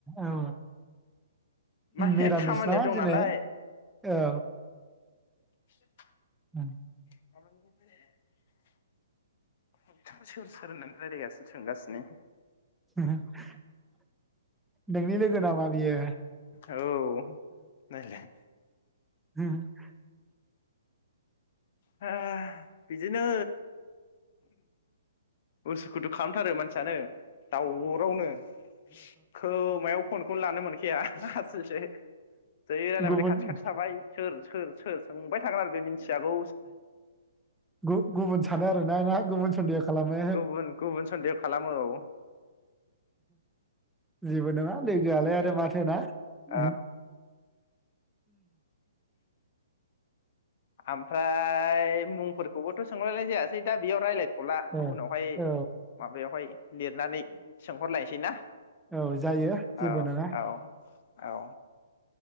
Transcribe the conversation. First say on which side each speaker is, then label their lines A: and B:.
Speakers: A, in the centre; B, on the left.
A: औ
B: माने
A: मिरामिस
B: खामानियाव
A: ना
B: दं
A: दिनै
B: नालाय
A: औ
B: <inaudible>
A: औ
B: <inaudible> ए' सोर सोर होननानै रायज्लायगासिनो सोंगासिनो
A: <unintelligible> नोंनि लोगोनामा बियो
B: औ नायलाय
A: <unintelligible>
B: ह बिदिनो उसु खुथु खालामथारो मानसियानो दावरावनो खोमायाव फनखौ लानो मोनखाया स जै रायजलायबथाय
A: गुबुन
B: खाथि खाथि थाबाय सोर सोर सोर सोंबाय थागोन आरो बे मिन्थियागौ
A: गुबुन सानो आरोना ना गुबुन सन्देह खालामो
B: गुबुन गुबुन सन्देह खालामो औ
A: जेबो नङा लोगोआलाय आरो माथोना
B: औ
A: उम
B: ओमफ्राय मुंफोरखौबोथ सोंलायनाय जायासै दा बेयाव रायज्लायथ'ला
A: ओ,
B: उनावहाय
A: औ
B: माबायावहाय लिरनानै सोंहरलायनोसै ना
A: औ जायो जेबो
B: औ
A: नङा
B: औ औ